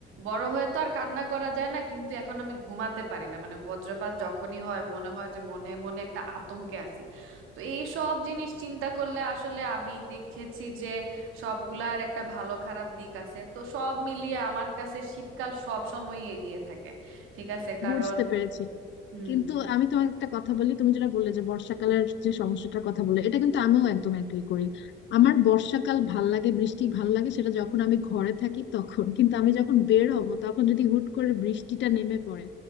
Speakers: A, on the right; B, on the left.
A: বড় হয়ে তো আর কান্না করা যায় না কিন্তু এখন আমি ঘুমাতে পারি না মানে বজ্রপাত যখনই হয় মনে হয় যে মনে মনে একটা আতঙ্কে আছি তো এই সব জিনিস চিন্তা করলে আসলে আমি দেখেছি যে সবগুলার একটা ভালো খারাপ দিক আছে তো সব মিলিয়ে আমার কাছে শীতকাল সব সময়ই এগিয়ে থাকে ঠিক আছে কারণ
B: বুঝতে পেরেছি
A: হুম
B: কিন্তু আমি তোমাকে একটা কথা বলি তুমি যেটা বললে যে বর্ষাকালের যে সমস্যাটার কথা বললে এটা কিন্তু আমিও একদম এগ্রি করি আমার বর্ষাকাল ভাল লাগে বৃষ্টি ভাল লাগে সেটা যখন আমি ঘরে থাকি তখন কিন্তু আমি যখন বের হব তখন যদি হুট করে বৃষ্টিটা নেমে পড়ে